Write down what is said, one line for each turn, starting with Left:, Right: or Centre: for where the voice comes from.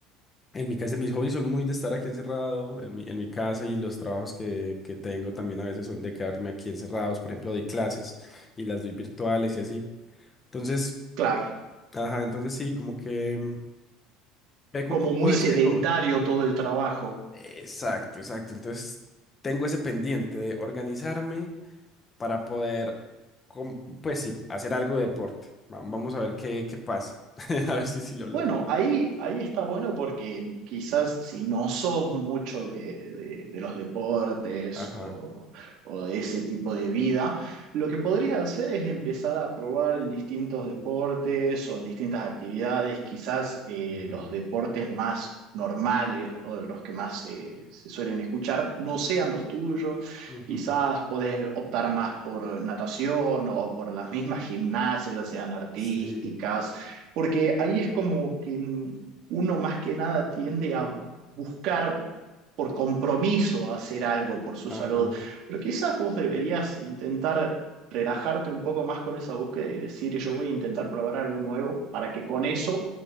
Left: En mi casa, mis hobbies son muy de estar aquí encerrado, en mi, en mi casa y los trabajos que, que tengo también a veces son de quedarme aquí encerrados. Por ejemplo, doy clases y las doy virtuales y así. Entonces,
Right: Claro,
Left: ajá, entonces sí, como que mm, peco
Right: como
Left: un poco
Right: muy
Left: de
Right: sedentario
Left: ese hobby.
Right: todo el trabajo.
Left: Exacto, exacto. Entonces, tengo ese pendiente de organizarme para poder, com- pues sí, hacer algo de deporte. Va- Vamos a ver qué, qué pasa. <laughs> A ver si, si lo logro.
Right: Bueno, ahí, ahí está bueno porque quizás si no sos mucho de, de- de los deportes
Left: Ajá.
Right: o, o de ese tipo de vida, lo que podrías hacer es empezar a probar en distintos deportes o en distintas actividades, quizás eh,
Left: Ujú,
Right: los deportes más normales o los que más se, se suelen escuchar no sean los tuyos,
Left: ujú,
Right: quizás podés optar más por natación o por las mismas gimnasias, ya sean artísticas
Left: Sí,
Right: porque ahí es como que mm, uno más que nada tiende a buscar por compromiso hacer algo por su
Left: ajá.
Right: salud. Pero quizás vos deberías intentar relajarte un poco más con esa búsqueda y decir, yo voy a intentar probar algo nuevo para que con eso